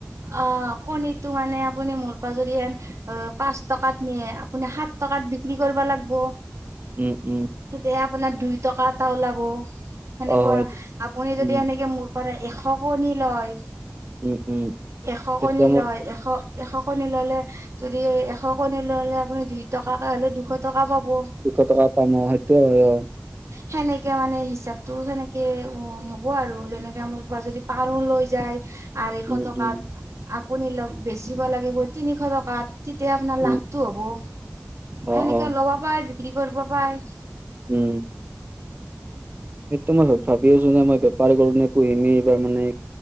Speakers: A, on the right (about 60°); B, on the right (about 35°).
A: অ', কণীটো মানে আপুনি মোৰ প যৰি হন অ পাঁচ টকাত নিয়ে আপুনি সাত টকাত। পাত বিক্ৰী কৰিব লাগিব।
B: উম, উম।
A: তেতিয়া আপোনাৰ দুই টকা এটা ওলাব সেনেকুৱা
B: অ হয়
A: আপুনি
B: উম
A: যদি সেনেকে মোৰ পৰা এশ কণী লয়।
B: উম। উম
A: এশ
B: তেতিয়া
A: কণী
B: মই
A: লয় এশ। এশ কণী ল'লে যদি এশ কণী ল'লে আপুনি দুই টকাকৈ হ'লেও দুশ টকা পাব।
B: দুশ টকা পাম অ সেইটো হয় অ
A: সেনেকে মানে হিচাপতো সেনেকে হ'ব আৰু যেনেকে মোৰ বা যদি পাৰো লৈ যায়। আঢ়ৈশ
B: উম
A: টকাত।
B: উম
A: আপুনি অ', বেচিব লাগিব তিনিশ টকাত। তেতিয়া আপোনাৰ
B: উম
A: লাভটো হ'ব সেনেকে
B: অ অ
A: ল'ব পাই বিক্ৰী কৰিব পাই।
B: উম। সেইটো মই ভ ভাবি আছো ন মই বেপাৰী গণে পুহিম এইবাৰ মানে।